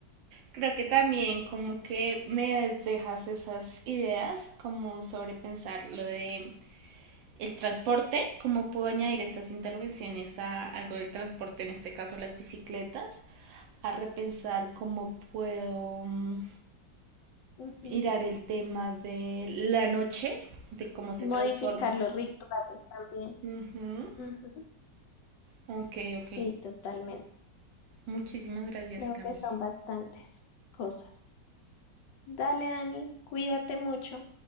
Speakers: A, on the right; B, on the left.
A: Creo que también como que me dejas esas ideas como sobre pensar lo de el transporte, cómo puedo añadir estas intervenciones a algo del transporte, en este caso las bicicletas, a repensar cómo puedo mm,
B: Ujú.
A: mirar el tema de la noche, de cómo se
B: Modificar
A: transforma.
B: los rituales también.
A: Ujú.
B: Ujú.
A: Ok, ok.
B: Sí, totalmente.
A: Muchísimas gracias,
B: Creo
A: Cami.
B: que son bastantes cosas. Dale, Dani, cuídate mucho.